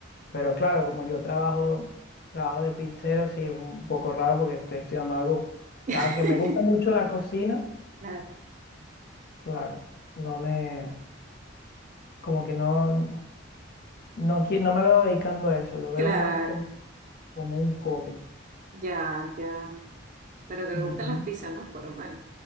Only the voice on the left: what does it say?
Pero claro, como yo trabajo, trabajo de pizzero, sí, es un poco raro porque estoy estudiando algo,
aunque me gusta mucho la cocina,
claro, no me, como que no. No, qui- no me veo dedicando a eso, lo veo
más com- como un hobby.
Ujú.